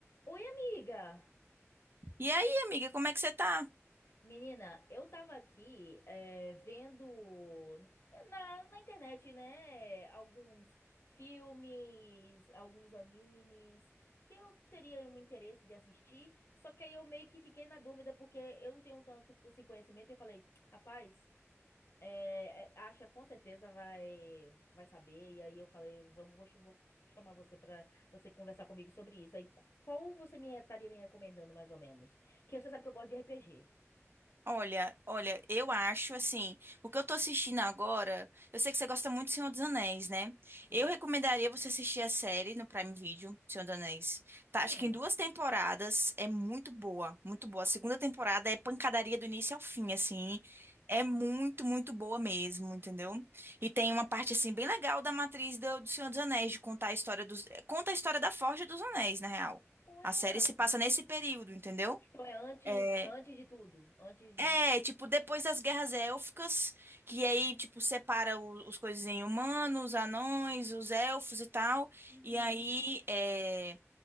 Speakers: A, on the left; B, on the right.
A: Oi, amiga!
B: E aí, amiga, como é que você tá?
A: Menina, eu tava aqui eh, vendo na, na internet, né, alguns filmes, alguns animes que eu teria um interesse de assistir, só que aí eu meio que fiquei na dúvida porque eu não tenho tanto assim, conhecimento e eu falei, rapaz, É, é, acha com certeza vai vai saber. E aí eu falei, vamos, vou, ch- vou chamar você pra você conversar comigo sobre isso. Aí qual você me estaria me recomendando mais ou menos? Que você sabe que eu gosto de RPG.
B: Olha, olha, eu acho assim, o que eu tô assistindo agora, eu sei que você gosta muito do Senhor dos Anéis, né?
A: Sim.
B: Eu recomendaria você assistir a série no Prime Video, Senhor dos Anéis. Tá,
A: Hum.
B: acho que em duas temporadas é muito boa, muito boa. A segunda temporada é pancadaria do início ao fim, assim. É muito, muito boa mesmo, entendeu? E tem uma parte assim bem legal da matriz do, do Senhor dos Anéis, de contar a história dos, conta a história da Forja dos Anéis, na real.
A: Olha.
B: A série se passa nesse período, entendeu?
A: Então é antes
B: É,
A: antes de tudo, antes
B: é,
A: do-
B: tipo, depois das guerras élficas, que aí, tipo, separa o- os coisas em humanos, anões, os elfos e tal.
A: Uhum.
B: E aí, é,